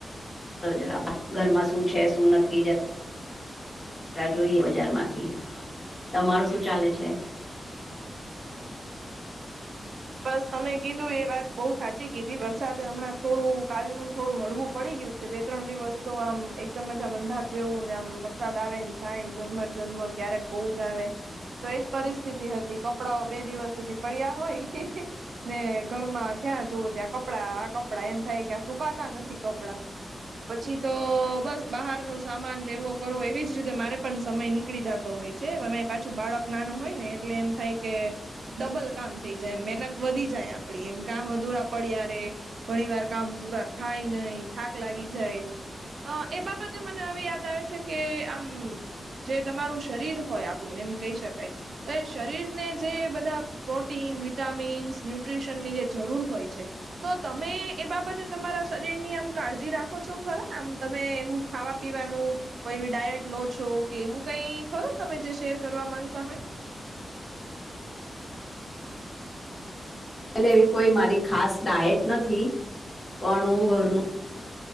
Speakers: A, on the left; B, on the right.
A: જરાબ ઘરમાં શું છે શું નથી જ જોઈએ બજાર માંથી તમારું શું ચાલે છે
B: બસ તમે કીધું એ વાત બઉુ સાચી કીધી વરસાદ હમણાં થોડું કાલનુંું થોડું હળવું પડી ગયું છે બે ત્રણ દિવસ તો આમ એકદમ જ આમ અંધાર જેવું ને આમ વરસાદ આવેને થ ઝરમર ઝરમર ક્યારેક બહુ જ આવે તો એજ પરિસ્થિતિ હતી કપડાઓ બે દિવસ સુધી પડ્યા હોય ને ઘરમાં જ્યાં જવો ત્યાં કપડાં આ કપડાં એમ થાય કે સુકાતા નથી કપડાં પછી તો બસ બહાર ન સામાન લેવો કરવો એવીજ રીતે મારે પણ સમય નીકળી જતો હોય છે પાછું બાળક નાનું હોય ને એટલે એમ થાય કે ડબલ કામ થઈ મ મહેનત વધી જાય આપડી એમ કામ અધુરા પડય ર ઘણી વાર કામ પૂરા થાય નહ થાક લાગી જાય અ એ બાબતે મને હવે યાદ આવે છે કે આમ જે તમારું શરીર હોય એમ કહી શકાય તો એ શરીરને જે બધા પ્રોટીન વિટામીન્સ ન્યુટ્રીશનની જે જરૂર હોય છે તો તમે એ બાબતે તમારા શરીરની આમ કાળજી રાખો છો ખરા આમ તમે એવું ખાવા પીવાનું કોઈ એવી ડાયટ લો છો કે એવું કઈ ખરું તમે જે શેર કરવા માંગતા હોય
A: એ એવી કોઈ મારી ખાસ ડાયટ નથી પણ હું ઘરનું